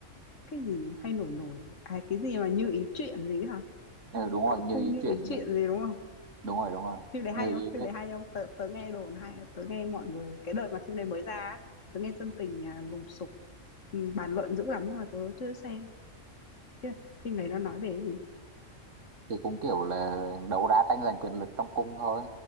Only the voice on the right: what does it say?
Ừ, đúng rồi
như
ý
chuyện
này
đúng rồi đúng rồi
như
ý
ấy,
thì cũng kiểu là đấu đá tranh giành quyền lực trong cung thôi